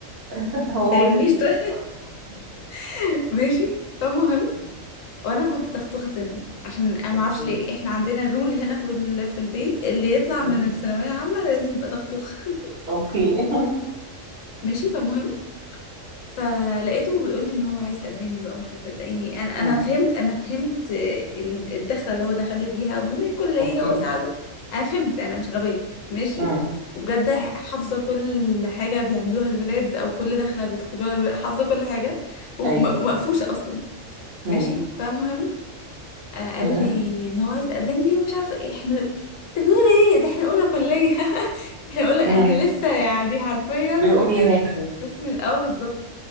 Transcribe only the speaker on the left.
حرجنيش
طيب
<laughs> ماشي فالمهم
وانا كنت تختوخه سنه عشان انا
ما اعرفش ليه احنا عندنا الرول هنا في ال... في البيت اللي يطلع
من الثانويه عامه لازم يبقى تختوخ <laughs>
ماشي فالمهم فلقيته بيقول لي ان هو عايز يتقدم لي بقى ومش عارفه ده يعني انا
انا فهمت انا فهمت آه، إن الدخله اللي هو دخل لي بيها وان الكليه
وساعده انا فهمت انا مش غبيه ماشي
وبجد حافظه كل حاجه بيعملوها الولاد او كل دخله بيدخلوها الولاد حافظه كل حاجه وف-
م- ومقفوشه اصلا
ماشي فالمهم آه، قال
لي ان هو عايز يتقدم لي ومش عارفه ايه احنا انت بتقول ايه ده احنا اولى كليه <laughs> احنا اولى
احنا لسه يعني حرفيا
بس من الاول بالظبط